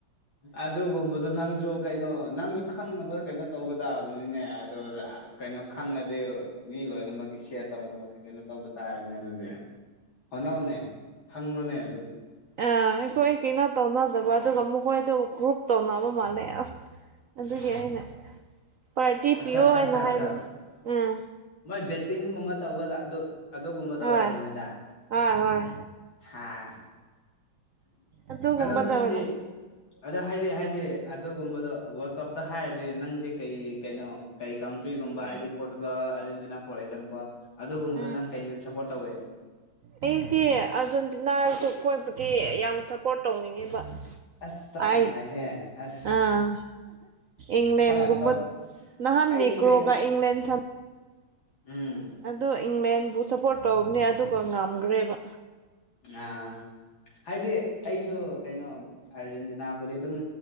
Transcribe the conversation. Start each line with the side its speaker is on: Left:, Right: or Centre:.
Left: ꯑꯗꯨꯒꯨꯝꯕꯗꯣ ꯅꯪꯁꯨ ꯀꯩꯅꯣ ꯅꯪꯁꯨ ꯈꯪꯅꯕ ꯀꯩꯅꯣ ꯇꯧꯕ ꯇꯥꯕꯅꯤꯅꯦ ꯑꯗꯨ ꯀꯩꯅꯣ ꯈꯪꯉꯗꯤ ꯃꯤ ꯂꯣꯏꯅꯃꯛꯀꯤ ꯁꯦꯌꯥꯔ ꯇꯧꯅꯃꯛꯀꯤ ꯀꯩꯅꯣ ꯇꯧꯕ ꯇꯥꯔꯅꯦ ꯑꯗꯨꯗꯤ ꯍꯣꯠꯅꯥꯎꯅꯦ ꯍꯪꯉꯣꯅꯦ ꯑꯗꯨ
Right: ꯑꯥ ꯑꯩꯈꯣꯏ ꯀꯩꯅꯣ ꯇꯧꯅꯗꯕ ꯑꯗꯨꯒ ꯃꯈꯣꯏꯗꯣ ꯒ꯭ꯔꯨꯞ ꯇꯧꯅꯕ ꯃꯥꯜꯂꯦ ꯑꯁ ꯑꯗꯨꯒꯤ ꯑꯩꯅ ꯄꯥꯔꯇꯤ
Left: ꯑꯠꯆꯥ
Right: ꯄꯤꯌꯣ
Left: ꯑꯠꯆꯥ
Right: ꯍꯥꯏꯅ
Left: ꯑꯠꯆꯥ
Right: ꯍꯥꯏꯕꯅꯦ
Left: ꯑꯠꯆꯥ
Right: ꯎꯝ
Left: ꯃꯣꯏ ꯕꯦꯠꯇꯤꯡꯒꯨꯝꯕ ꯇꯧꯕꯗ ꯑꯗꯨ ꯑꯗꯨꯒꯨꯝꯕꯗꯣ
Right: ꯍꯣꯏ
Left: ꯑꯣꯏꯔꯝꯃꯅꯤꯗ
Right: ꯍꯣꯏ ꯍꯣꯏ
Left: ꯍꯥ
Right: ꯑꯗꯨꯒꯨꯝꯕꯗ
Left: ꯑꯗꯣ ꯅꯪꯖꯦ
Right: ꯑꯣꯏꯔꯝ
Left: ꯑꯗꯣ ꯍꯥꯏꯗꯤ ꯍꯥꯏꯗꯤ ꯑꯗꯨꯒꯨꯝꯕꯗꯣ ꯋꯥꯔꯜꯗ ꯀꯞꯇ ꯍꯥꯏꯔꯗꯤ ꯅꯪꯁꯦ ꯀꯩ ꯀꯩꯅꯣ ꯀꯩ ꯀꯥꯎꯟꯇ꯭ꯔꯤꯒꯨꯝꯕ ꯍꯥꯏꯗꯤ ꯄꯣꯇꯨꯒ ꯑꯔꯖꯦꯟꯇꯤꯅꯥ ꯐꯣꯔ ꯑꯦꯛꯖꯥꯝꯄꯜ ꯑꯗꯨꯒꯨꯝꯕꯗꯣ
Right: ꯎꯝ
Left: ꯅꯪ ꯀꯩꯗ ꯁꯞꯄꯣꯔꯠ ꯇꯧꯋꯦ
Right: ꯑꯩꯗꯤ ꯑꯥꯔꯖꯦꯟꯇꯤꯅꯥ ꯀꯣꯏꯕꯒꯤ ꯌꯥꯝ ꯁꯞꯄꯣꯔꯠ ꯇꯧꯅꯤꯡꯉꯦꯕ
Left: ꯑꯁ ꯆꯞ
Right: ꯑꯩ
Left: ꯃꯥꯟꯅꯩꯍꯦ ꯑꯁ
Right: ꯑꯥ ꯏꯪꯂꯪꯂꯦꯟ
Left: ꯍꯣꯏ ꯑꯪꯀꯜ
Right: ꯀꯨꯝꯕ ꯅꯍꯥꯟꯅꯤ
Left: ꯑꯩꯗꯤ
Right: ꯅꯦꯀ꯭ꯔꯣꯒ
Left: ꯀꯩꯅꯣ
Right: ꯏꯪꯂꯦꯟ ꯁꯅ
Left: ꯎꯝ
Right: ꯑꯗꯣ ꯏꯪꯂꯦꯟꯕꯨ ꯁꯞꯄꯣꯔꯠ ꯇꯧꯕꯅꯦ ꯑꯗꯨ ꯉꯝꯈ꯭ꯔꯦꯕ
Left: ꯑꯥ ꯍꯥꯏꯗꯤ ꯑꯩꯁꯨ ꯀꯩꯅꯣ ꯑꯥꯔꯖꯦꯟꯇꯤꯅꯥꯕꯨꯗꯤ ꯑꯗꯨꯝ